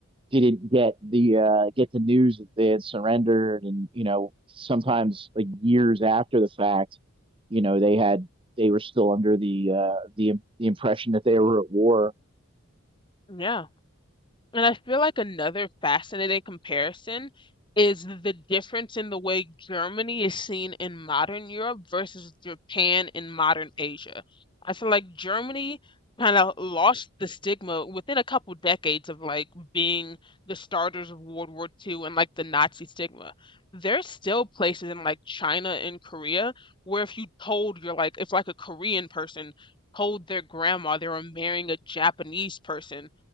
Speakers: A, on the right; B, on the left.
A: didn't get the uh, get the news that they had surrendered, and you know sometimes like years after the fact, you know they had they were still under the uh, the the impression that they were at war.
B: Yeah. And I feel like another fascinating comparison is the difference in the way Germany is seen in modern Europe versus Japan in modern Asia. I feel like Germany kind of lost the stigma within a couple decades of like being the starters of World War Two and like the Nazi stigma. There's still places in like China and Korea where if you told you're like if like a Korean person told their grandma they were marrying a Japanese person